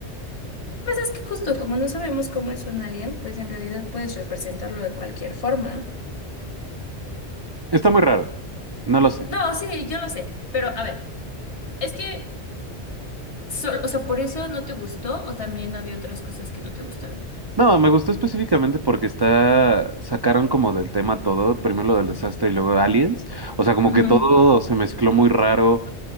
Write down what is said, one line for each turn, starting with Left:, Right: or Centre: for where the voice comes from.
Left: pues es que justo como no sabemos cómo es un alien, pues en realidad puedes representarlo de cualquier forma.
Right: Está muy raro, no lo sé.
Left: No, sí, yo lo sé, pero a ver, es que, sol- o sea, ¿por eso no te gustó o también había otras cosas que no te gustaron?
Right: No, me gustó específicamente porque está, sacaron como del tema todo, primero lo del desastre y luego aliens, o sea, como
Left: Ujú.
Right: que todo se mezcló muy raro.